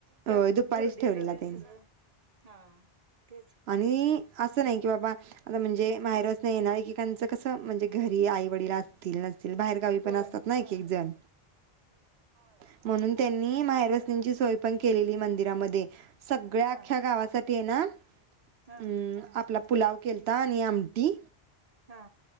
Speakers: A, on the right; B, on the right.
A: त्यात
B: होय दुपारीच
A: दुर्डीच
B: ठेवलेला
A: ते
B: त्यांनी.
A: सगळं हा तेच
B: आणि अस अस नाही की बाबा आता म्हणजे माहेरवासणी येणार एकेकाची कसं म्हणजे घरी आई वडिल असतील नस बाहेर गावी
A: होय
B: पण असतात ना एक एकजण होय म्हणून त्यांनी माहेरवसनिंची सोय पण केलेली मंदिरामध्ये सगळ्या
A: हा
B: आख्ख्या गावासाठी ते ना
A: हा
B: हम् आपला पुलाव केलता आणि आमटी
A: हा